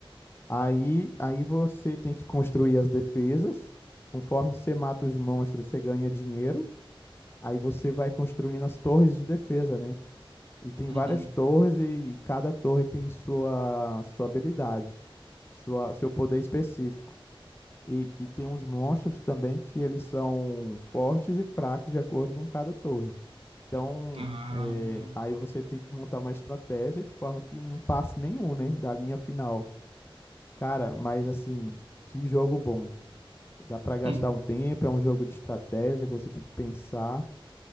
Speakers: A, on the left; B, on the right.
A: Aí, aí você tem que construir as defesas. Conforme você mata os monstros, você ganha dinheiro. Aí você vai construindo as torres de defesa, né? E tem
B: Uhum.
A: várias torres e, e cada torre tem sua, sua habilidade, sua, seu poder específico. E, e tem uns monstros também que eles são fortes e fracos de acordo com cada torre. Então,
B: Ah,
A: é, aí você tem que montar uma estratégia de forma que não passe nenhum, né, da linha final. Cara, mas assim, que jogo bom. Dá pra gastar
B: hum,
A: um tempo, é um jogo de estratégia que você tem que pensar